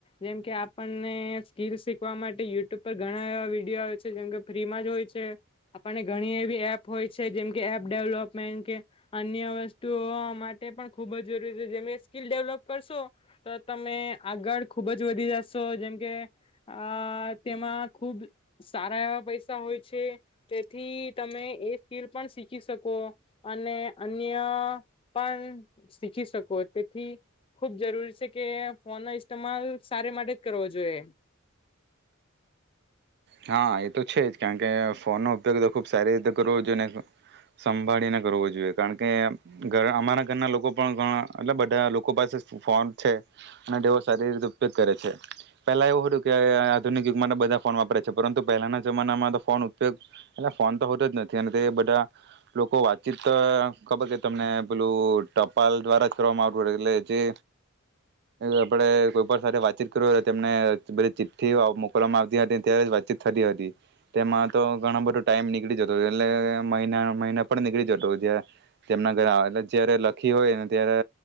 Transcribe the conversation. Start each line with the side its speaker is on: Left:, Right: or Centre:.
Left: જેમકે આપણને સ્કીલ શીખવા માટે યુટ્યુબ પર ઘણા એવા વિડીયો આવે છે જેમકે ફ્રીમાં જ હોય છે. આપણને ઘણી એવી એપ હોય છે જેમકે એપ ડેવલોપમેન્ટ કે અન્ય વસ્તુઓ માટે પણ ખૂબ જ જરૂરી છે જેમ સ્કીિલ ડેવલોપ કરશો તો તમે આગળ ખુબ જ વધી જશો જેમકે આ તેમાં ખુબ સારા એવા પૈસા હોય છે. તેથી તમે એ સ્કીલ પણ શીખી શકો. અને અન્ય પણ શીખી શકો તેથી ખુબ જરૂરી છે કે ફોન નો ઇસ્તેમાલ સારી માટે જ કરવો જોઈએ.
Right: હા એ તો છે જ કારણકે ફોનનો ઉપયોગ તો ખુબ સારી રીતે કરવો જોઈએ ને સંભાળીને કરવો જોઈએ. કારણ કે ઘર અમારા ઘરના લોકો પણ ઘણા એટલે બધા લોકો પાસે ફોન છે અને તેવો સારી રીતે ઉપયોગ કરે છે. પેલા એવું હતું કે આધુનિક યુગમાં તો બધા ફોન વાપરે છે. પરંતુ પહેલાના જમાનામાં તો ફોન ઉપયોગ એટલે ફોન તો હોતો જ નથી અને તે બધા લોકો વાતચીત ખબર કે તમને પેલું ટપાલ દ્વારા જ કરવામાં આવતું એટલે જે આપણે કોઈ પણ સાથે વાતચીત કરવીય તેમને ધ ચિઠ્ઠી મોકલવામાં આવતી હતી ત્યારે જ વાતચીત થતી હતી. તેમાં તો ઘણા બધો ટાઈમ નીકળી જતો એટલે મહિના, મહિના પણ નીકળી જતો જ તેમના ઘરે આવે જ્યારે લખી હોય ને ત્યારે